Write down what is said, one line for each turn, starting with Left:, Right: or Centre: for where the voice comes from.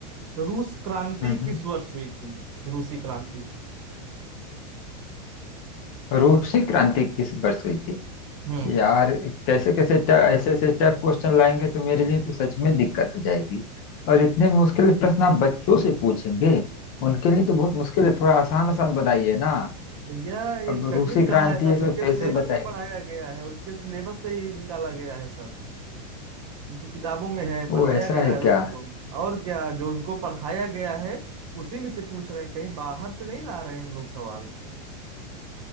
Right: रूस क्रांति
Left: हम्म हम्म।
Right: किस वर्ष हुई थी रूसी क्रांति
Left: रूसी क्रांति किस वर्ष हुई थी
Right: हम्म
Left: यार कैसे कैसे ट- ऐसे ऐसे टफ क्वेश्चन लाएंगे तो मेरे लिए तो सच में दिक्कत हो जाएगी और इतने मुश्किल प्रश्न आप बच्चों से पूछेंगे उनके लिए तो बहुत मुश्किल है थोड़ा आसान आसान बताइए ना
Right: भैया ये
Left: अब
Right: कठिन
Left: रूसी
Right: कहाँ
Left: क्रांति
Right: है सब
Left: ये सब
Right: उनके
Left: कैसे
Right: सिलेबस
Left: बताएंगे
Right: में पढ़ाया गया है उनके सिलेबस से ही निकाला गया है सब उनकी किताबों में है पढ़ाया
Left: वो ऐसा
Right: गया
Left: है
Right: है
Left: क्या
Right: उनको और क्या जो उनको पढ़ाया गया है उसी में से पूछ रहे हैं कहीं बाहर से नहीं ला रहे हैं हम लोग सवाल